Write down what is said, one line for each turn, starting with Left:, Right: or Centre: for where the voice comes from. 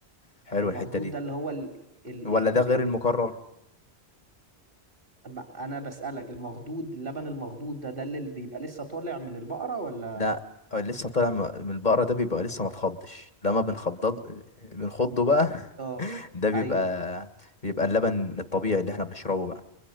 Left: حلو
Right: المخدود
Left: الحتة دي
Right: ده اللي هو ال ال
Left: ولا
Right: ال
Left: ده غير المكرر
Right: الجديد أما انا بسألك المخدود اللبن المخدود ده ده اللي بيبقى لسه طالع من البقره ولا
Left: لا هو لسه طالع م- من البقرة ده بيبقى لسه ما تخضش لما بنخضض بنخضه بقى <laughs>
Right: اه
Left: ده بيبقى
Right: ايوه
Left: بيبقى اللبن الطبيعي اللي احنا بنشربه بقى